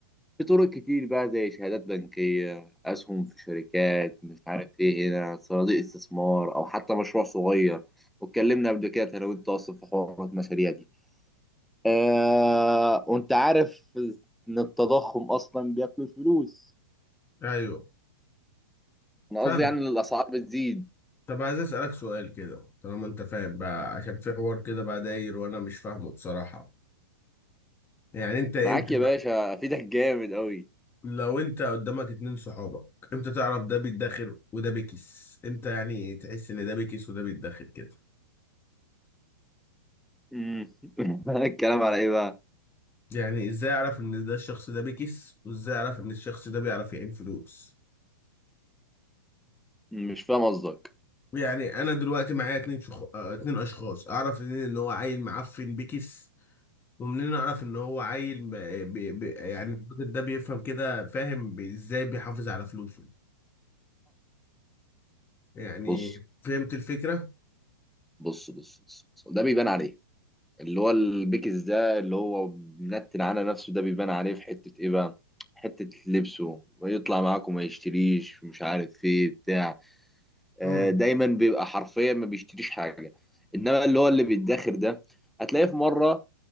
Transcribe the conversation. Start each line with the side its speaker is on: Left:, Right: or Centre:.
Centre: في طرق كتير بقى زي شهادات بنكية أسهم في شركات مش عارف إيه هنا صناديق استثمار أو حتى مشروع صغير واتكلمنا قبل كده أنا وأنت أصلا في حوار المشاريع دي آه وأنت عارف إن التضخم أصلا بياكل الفلوس
Left: ايوه
Centre: أنا
Left: فاهم
Centre: قصدي يعني إن الأسعار بتزيد
Left: طب عايز اسالك سؤال كده طالما انت فاهم بقى عشان في حوار كده بقى داير وانا مش فاهمه بصراحه يعني انت امتى
Centre: معاك يا
Left: بقى
Centre: باشا أفيدك جامد أوي
Left: لو انت قدامك اتنين صحابك امتى تعرف ده بيتداخل وده بيكس امتى يعني تحس ان ده بيكس وده بيتداخل كده
Centre: أمم. <laughs> الكلام على إيه بقى؟
Left: يعني ازاي اعرف ان ده الشخص ده بيكس وازاي اعرف ان الشخص ده بيعرف يعين فلوس
Centre: مش فاهم قصدك
Left: يعني انا دلوقتي معايا اتنين شخ... آه، اتنين اشخاص اعرف منين ان هو عيل معفن بيكس ومنين اعرف ان هو عيل ب... ب... ب... يعني الراجل ده بيفهم كده فاهم ب- ازاي بيحافظ على فلوسه يعني
Centre: بص
Left: فهمت الفكرة
Centre: بص بص بص ده بيبان عليك اللي هو البيكس ده اللي هو منتن على نفسه ده بيبان عليه في حتة ايه بقى حتة لبسه ويطلع معاكم ما يشتريش مش عارف ايه بتاع آه،
Left: امم
Centre: دايما بيبقى حرفيا ما بيشتريش حاجة انما اللي هو اللي بيتداخر ده هتلاقيه في مرة